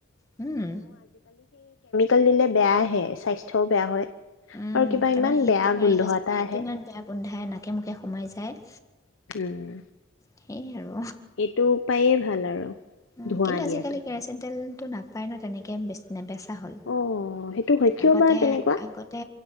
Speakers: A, on the left; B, on the left.
A: হম
B: <unintelligible> বেয়াহে স্বাস্থ্যও বেয়া হয়।
A: উম
B: আৰু কিবা
A: তাৰমানে
B: ইমান
A: সিতটো
B: বেয়া
A: মাৰিলে
B: গোন্ধ
A: যেনেবা
B: এটা
A: সিতটো
B: আহে
A: ইমান বেয়া গোন্ধাই নাক একেমোকে সোমাই যায়
B: উম
A: সেয়ে আৰু
B: এইটো উপায়ে ভাল আৰু
A: উ
B: ধোঁৱা
A: কিন্তু
B: দিয়াটো
A: আজিকালি কেৰাচিন তেল নাপাই ন তেনেকে বে নেবেচে হ'ল,
B: অ', সেইটো হয় কিয়
A: আগতে,
B: বা তেনেকুৱা
A: আগতে